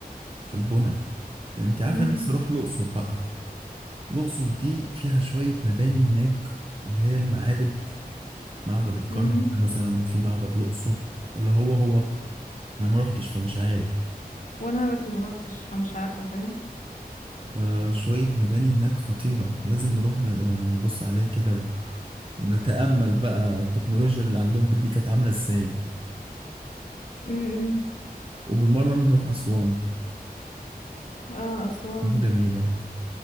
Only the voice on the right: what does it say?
في البنى أنت عارفة
أنا نفسي أروح الأقصر بقى الأقصر دي فيها شوية مباني هناك اللي هي المعابد معبد الكرنك
ده مثلا في معبد الأقصر ولا هو هو أنا ما رحتش فمش عارف
آه شوية مباني هناك خطيرة لازم نروح ن- نبص عليها كده و- ونتأمل بقى التكنولوجيا اللي عندهم دي كانت عاملة ازاي
وبالمرة نروح أسوان
جميلة